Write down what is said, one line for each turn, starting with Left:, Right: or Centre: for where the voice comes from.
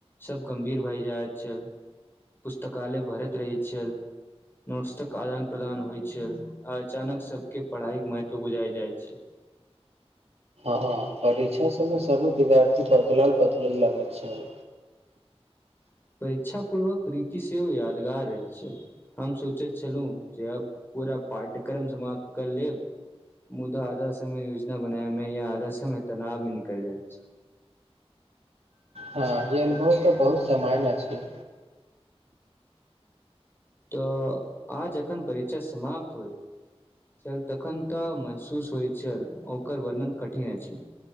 Left: सब गम्भीर भय जाइत छल पुस्तकालय भरैत रहैत छल नोट्सक आदान प्रदान होइत छल अचानक सबकेँ पढ़ाई केँ महत्व बुझाय जाईत छैक
Right: हँ परीक्षा सबमे सब विद्यार्थी बदलल बदलल लगय छल
Left: परीक्षा पूर्वक रीति सेहो यादगार रहै छैक हम सोचैत छलहुँ जे अब पूरा पाठ्यक्रम समाप्त कर लेब मुदा आधा समय योजना बनायमे या आधा समय तनावमे निकल जाइत छैक
Right: हँ ई अनुभव तऽ बहुत समान अछि
Left: तऽ आ जखन परीक्षा समाप्त होइत छल तखन तऽ महसूस होइत छल ओकर वर्णन कठिन अछि